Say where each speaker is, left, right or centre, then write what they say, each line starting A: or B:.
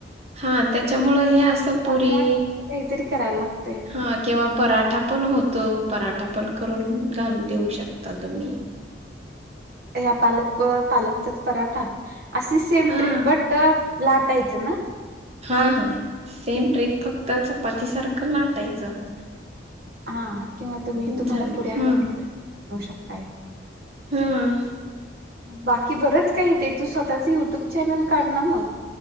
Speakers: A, on the right; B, on the right.
A: हां, त्याच्यामुळ, हे असं
B: त्यामुळे
A: पुरी,
B: काहीतरी करायला लागतय
A: हां. किंवा पराठा पण होतो, पराठा पण करून, घाल देऊ शकता, तुम्ही.
B: ह्या पालक, प-पालकचाच पराठा, अशी सेम
A: हा
B: ट्रिक, बट अ लाटायचं ना?
A: हां हां, सेम ट्रीक, फक्त चपाती सारखं, लाटायचं.
B: हां, किंवा तुम्ही, तुम्हाला
A: झालं
B: पुऱ्या
A: हम्म
B: <inaudible> करू शकताय,
A: हा
B: बाक कि बरंच काही, ते तू स्वतःच, युट्यूब चॅनल काढ ना, मग.